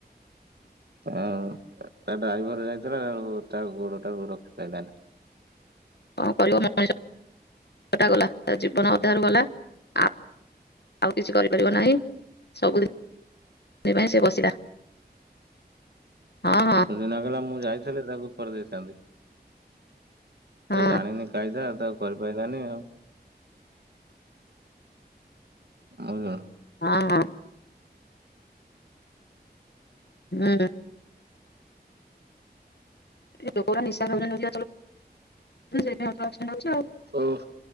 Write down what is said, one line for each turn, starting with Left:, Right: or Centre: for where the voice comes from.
Right: ଆଉ ତା ଡାଇଭର ଯାଇଥିଲା ତା ଗୁ ତା ଗୋଡ ଟା ରଖିପାଇଲ ନା।
Left: କଣ କରିବ ମଣିଷଟା ଗଲା ଜୀବନ ଅଧାରୁ ଗଲା। ଆ ଆଉ କିଛି କରିପାରିବ ନାହିଁ। ସବୁଦିନ ପାଇଁ ସେ ବସିଲା। ହଁ ହଁ
Right: ସୁଦିନା କହିଲା ମୁଁ ଯାଇଥିଲି ତାକୁ କରିଦେଇଥାନ୍ତି।
Left: ହଁ
Right: ସେ ଜାଣିନି କାଇଦା ତାକୁ କରିପାରିଲାନି ଆଉ। ଆଉ ଯାହାର
Left: ହଁ। ନା। ଏ ଲୋକ ଗୁର ନିଶା ଖାଉଚନ୍ତି <inaudible> <unintelligible> <unintelligible> ଆଉ କିଏ
Right: ଓଃ।